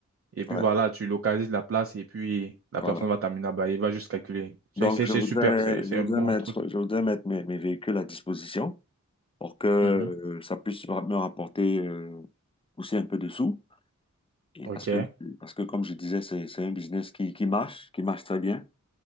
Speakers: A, on the right (about 50°); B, on the left (about 20°).
A: et puis
B: ouais,
A: voilà, tu localises la place et puis la
B: voilà.
A: personne va t'amener là-bas. Il va juste calculer. C'est
B: Donc,
A: c'est-
B: je
A: c'est
B: voudrais,
A: super. C'est c'est
B: je voudrais
A: un bon
B: mettre,
A: truc.
B: je voudrais mettre mes, mes véhicules à disposition pour que euh,
A: Mhm.
B: ça puisse ra- me rapporter euh, aussi un peu de sous. Et
A: OK.
B: parce que, parce que comme je disais, c'est, c'est un business qui, qui marche, qui marche très bien.